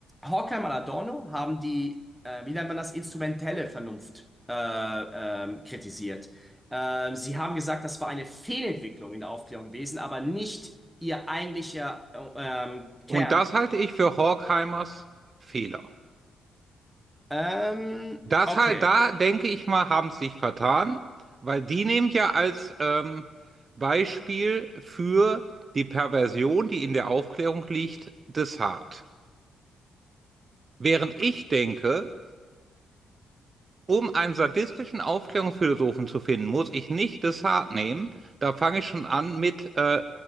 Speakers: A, in the centre; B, on the right (about 40°).
A: Horkheimer und Adorno haben die, äh, wie nennt man das, instrumentelle Vernunft äh, ähm, kritisiert. Ähm, sie haben gesagt, das war eine Fehlentwicklung in der Aufklärung gewesen, aber nicht ihr eigentlicher äh, ähm,
B: Und
A: Kern.
B: das halte ich für Horkheimers Fehler.
A: Ähm,
B: Das
A: okay,
B: halt, da denke ich mal, haben sie sich vertan, weil die nehmen ja als ähm, Beispiel für die Perversion, die in der Aufklärung liegt, Descartes. Während ich denke, um einen sadistischen Aufklärungsphilosophen zu finden, muss ich nicht Descartes nehmen. Da fange ich schon an mit äh,